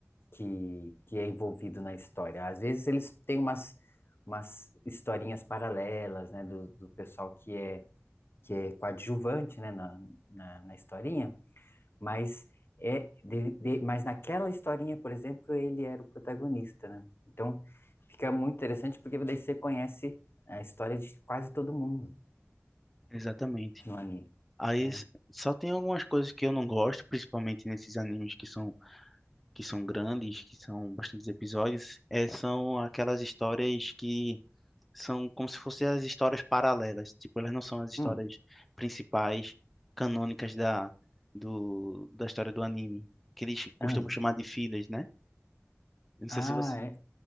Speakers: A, on the left; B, in the centre.
A: que, que é envolvido na história. Às vezes eles têm umas, umas historinhas paralelas, né, do, do pessoal que é, que é coadjuvante, né, na, na, na historinha, mas é de- de- mas naquela historinha, por exemplo, ele era o protagonista, né? Então fica muito interessante porque daí você conhece a história de quase todo mundo
B: Exatamente.
A: no anime.
B: Aí
A: É.
B: s- só tem algumas coisas que eu não gosto, principalmente nesses animes que são que são grandes, que são bastantes episódios, é, são aquelas histórias que são como se fossem as histórias paralelas. Tipo, elas não são as histórias
A: Hum,
B: principais, canônicas da, do, da história do anime, que eles costumam
A: hum.
B: chamar de filhas, né? Eu não sei
A: Ah,
B: se você,
A: é.